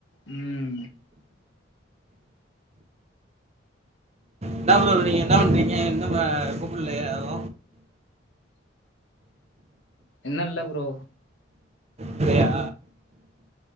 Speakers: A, on the left (about 65°); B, on the right (about 35°).
A: ம்
B: என்னா ப்ரோ நீங்க என்ன பண்ணிட்ருக்கீங்க ஏ இன்னும கூப்பில்லயா யாரு
A: இன்னு இல்ல ப்ரோ
B: இல்லையா